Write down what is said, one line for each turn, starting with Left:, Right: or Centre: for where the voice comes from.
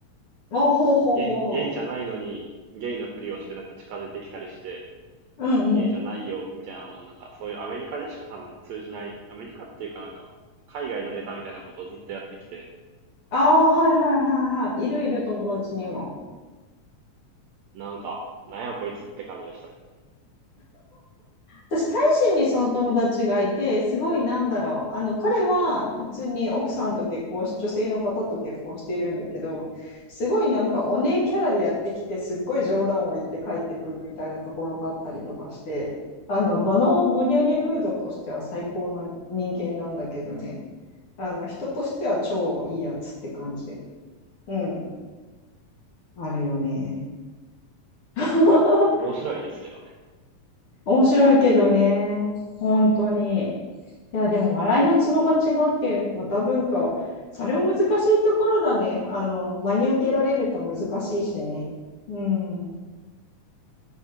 Left: あ、ほうほうほうほう。
Right: ゲイ、ゲイじゃないのに、ゲイのふりをしてなんか近づいてきたりして、
Left: うんうん。
Right: 家じゃないよ、みたいなの、なんかそういうアメリカでしか多分通じない、アメリカっていうかなんか、海外のネタみたいなことをずっとやってきて、
Left: ああ、はいはいはいはい。いるいる友達にも。
Right: なんか、なんやこいつって感じでしたね。
Left: 私、タイ人にその友達がいて、すごいなんだろう。あの、彼は普通に奥さんと結婚し、女性の方と結婚しているんだけど、すごいなんかお姉キャラでやってきて、すっごい冗談を言って帰ってくるみたいなところがあったりとかして、あの、場の盛り上げムードとしては最高な人間なんだけどね。あの、人としては超いいやつって感じ。うん。あるよね。<laughs>
Right: 面白いですけどね。
Left: 面白いけどね、本当に。いや、でも笑いのツボが違うっていうのはまた文化、それも難しいところだね。あの、真に受けられると難しいしね。うん、